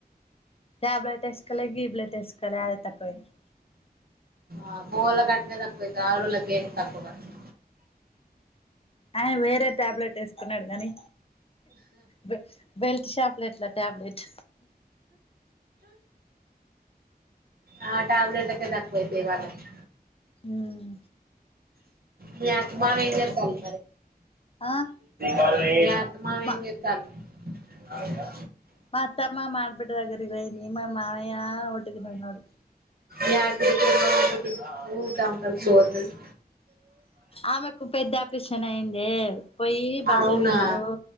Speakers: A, on the left; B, on the right.
A: ట్యాబ్లేట్ ఏసుకోలే గిబ్లేట్ ఎస్కోల అదే తక్కువయింది
B: ఆ గోల గట్నే తక్వయితది ఆదోళ్లకు ఏం తక్కువకదు
A: ఆయన వేరే టాబ్లెట్ వేసుకున్నాడు గని బే బెల్ షాక్లెట్ల టాబ్లెట్
B: ఆ ట్యాబ్లేట్లకే తకువైతయి వాళ్ళకి
A: హ్మ్
B: మీ అమ్మ మీ చేత్తంది
A: ఆ
B: మరి ఏ మామ
A: మా
B: ఏం చేత్తారు రాలేదా
A: మా అత్తమ్మ మాబిడ్డ దగ్గరికి పోయింది మా మామయ్య ఓటికనే ఉన్నాడు
B: యా బిడ్డ ఎం ఊరికే <unintelligible>
A: ఆమెకు పెద్ద ఆపరీషన్ అయింది పోయి కి బట్టల్
B: అవునా
A: పిండుడు